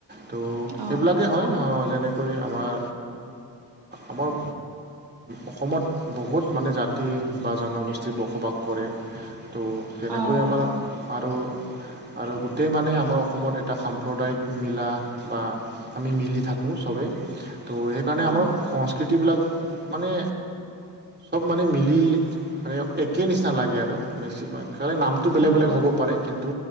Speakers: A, on the right; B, on the right.
A: ত'
B: অ
A: সেইবিলাকেই হয়, যেনেকৈ আমাৰ আমাৰ উ, অসমত বহুত মানে জাতি বা জনগোষ্ঠী বসবাস কৰে। ত' তেনেকৈ
B: অ হয়
A: আমাৰ আৰু আৰু, গোটেই মানে আমাৰ অসমত এটা সাম্প্ৰদায়িক মিলা বা আমি মিলি থাকো চবেই, ত' সেইকাৰণে আমাৰ
B: অ
A: সংছ কৃতি বিলাক মানে চব মানে মিলি,। মানে একে নিচিনা লাগে আৰু বেছিভাগ খালি নামটো বেলেগ বেলেগ
B: অ
A: হ'ব পাৰে, কিন্তু